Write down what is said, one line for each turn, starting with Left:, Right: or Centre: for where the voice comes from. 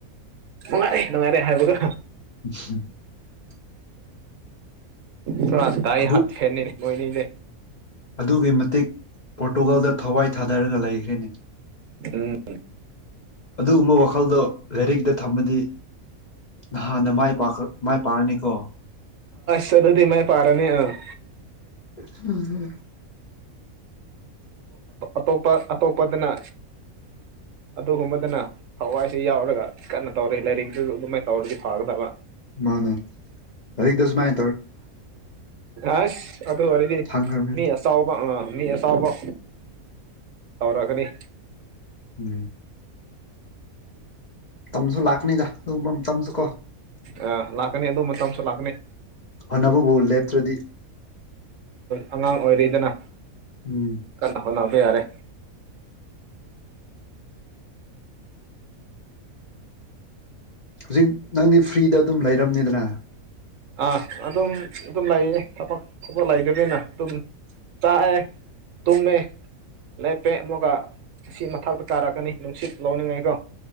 Right: ꯅꯨꯡꯉꯥꯏꯔꯦ ꯅꯨꯡꯉꯥꯏꯔꯦ ꯍꯥꯏꯕꯀꯣ
Left: ꯎ
Right: ꯆ ꯇꯥꯏ
Left: ꯑꯗꯨ
Right: ꯍꯥꯠ ꯐꯦꯟꯅꯤ ꯃꯣꯏꯅꯤꯗꯦ
Left: ꯑꯗꯨꯒꯤ ꯃꯇꯤꯛ ꯄꯣꯔꯇꯨꯒꯜꯗ ꯊꯋꯥꯏ ꯊꯥꯗꯔꯒ ꯂꯩꯈ꯭ꯔꯦꯅꯤ
Right: ꯎꯝ
Left: ꯑꯗꯨꯒꯨꯝꯕ ꯋꯥꯈꯜꯗꯣ ꯂꯥꯏꯔꯤꯛꯇꯛꯇ ꯊꯝꯃꯗꯤ ꯅꯍꯥꯟꯗ ꯃꯥꯏ ꯄ ꯃꯥꯏ ꯄꯥꯛꯑꯅꯤꯀꯣ
Right: ꯁꯗꯗꯤꯃ ꯄꯥꯔꯅꯦ ꯑ
Left: ꯑ
Right: ꯑꯇꯣꯞꯄ ꯑꯇꯣꯞꯄꯗꯅ ꯑꯗꯨꯒꯨꯝꯕꯗꯅ ꯍꯋꯥꯏꯁꯤ ꯌꯥꯎꯔꯒ ꯀꯟꯅ ꯇꯧꯔ ꯂꯥꯏꯔꯤꯗꯨ ꯑꯗꯨꯃꯥꯏꯅ ꯇꯧꯔꯗꯤ ꯐꯒꯗꯕ
Left: ꯃꯥꯅꯦ ꯑꯛ ꯗꯁ ꯃꯥꯏ
Right: ꯑꯁ ꯑꯗꯨꯗ ꯋꯥꯔꯤꯔꯗꯤ
Left: ꯐꯪꯈ꯭ꯔꯕꯅꯤ
Right: ꯃꯤ ꯁꯥꯥꯎꯕ ꯑ ꯃꯤ ꯑꯁꯥꯎꯕ ꯇꯧꯔꯛꯒꯅꯤ
Left: ꯎꯝ ꯇꯝꯁꯨ ꯂꯥꯛꯀꯅꯤꯗ ꯇꯁꯨ ꯀꯣ
Right: ꯑ ꯂꯥꯛꯀꯅꯤ ꯑꯗꯨ ꯃꯇꯝꯁꯨ ꯂꯥꯛꯀꯅꯤ
Left: ꯍꯣꯠꯅꯕꯕꯨ ꯂꯦꯞꯇ꯭ꯔꯗꯤ
Right: ꯥꯡ ꯑꯣꯏꯔꯦꯗꯅ
Left: ꯎꯝ
Right: ꯀꯟꯅ ꯍꯣꯠꯕ ꯌꯥꯔꯦ
Left: ꯍꯧꯖꯤꯛ ꯅꯪꯗꯤ ꯐ꯭ꯔꯤꯗ ꯑꯗꯨꯝ ꯂꯩꯔꯝꯅꯤꯗ꯭ꯔꯥ
Right: ꯑꯥ ꯑꯗꯨꯝ ꯑꯗꯨꯝ ꯂꯩꯌꯦ ꯊꯕ ꯊꯕꯛ ꯂꯩꯗꯅꯤꯅ ꯑꯗꯨꯝ ꯆꯑ ꯇꯨꯃꯦ ꯂꯦꯞꯄꯦ ꯑꯃꯨꯛꯀ ꯑꯁꯤ ꯃꯊꯛꯇ ꯀꯥꯔꯛꯀꯅꯤ ꯅꯨꯡꯁꯤꯠ ꯂꯧꯅꯤꯡꯉꯥꯏꯀꯣ